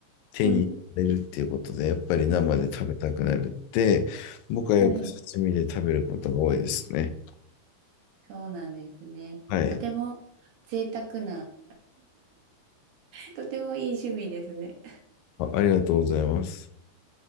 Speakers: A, on the left (about 75°); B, on the right (about 75°).
A: 手に入れるっていうことで、
B: うん。
A: やっぱり生で食べたくなるって、僕はよく刺身で食べることが多いですね。
B: はい。そうなんですね。
A: はい。
B: とても贅沢な、とてもいい趣味ですね。
A: あ、ありがとうございます。